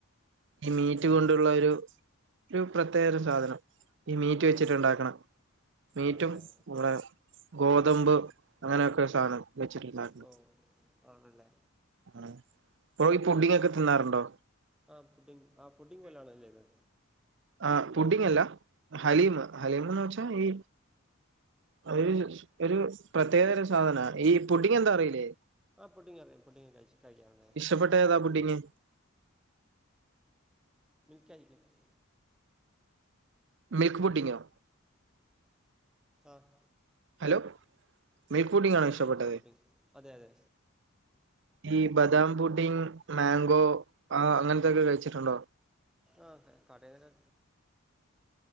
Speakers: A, on the right; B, in the centre.
A: ഈ മീറ്റ് കൊണ്ടുള്ള ഒരു ഒരു പ്രത്യേക ഒരു സാധനം ഈ മീറ്റ്
B: ആണല്ലേ
A: വെച്ചിട്ടുണ്ടാക്കണ മീറ്റും
B: ആണല്ലേ
A: നമ്മടെ ഗോതമ്പ് അങ്ങനൊക്കെ സാനം വെച്ചിട്ടുണ്ടാക്കണ
B: ഓ ആണല്ലേ
A: ആഹ് ബ്രോ ഈ പുഡിംങ്ങൊക്കെ തിന്നാറുണ്ടോ?
B: ആഹ് പുഡിങ് ആ പുഡിങ് പോലെ ആണാ ഇത് ചെയ്ന്നെ?
A: ആഹ് പുഡിങ്ങല്ല ഹലീമ് ഹലീമന്ന് വെച്ചാ
B: ആ
A: ഈ അത് ഒരു പ്രത്യേകതരം സാധനാ. ഈ പുഡിങ് എന്താ അറിയില്ലേ?
B: ആഹ് പുഡ്ഡിങ്ങറിയാ പുഡ്ഡിംഗ് കഴിച്ച് കഴിക്കാറിണ്ട്
A: ഇഷ്ടപ്പെട്ടേതാ പുഡിങ്?
B: മിൽക്കാ <unintelligible>
A: മിൽക്ക് പുഡിങ്ങോ?
B: ആഹ്
A: ഹലോ മിൽക്ക് പുഡിങ്ങാണോ
B: അതെ
A: ഇഷ്ടപ്പെട്ടത്?
B: അതെ കോട്ടിങ് അതെ അതെ
A: ഈ ബദാം പുഡിങ്, മാങ്കോ, ആ അങ്ങൻത്തൊക്കെ കഴിച്ചുട്ടുണ്ടോ?
B: ആഹ് അതെ കടേടെ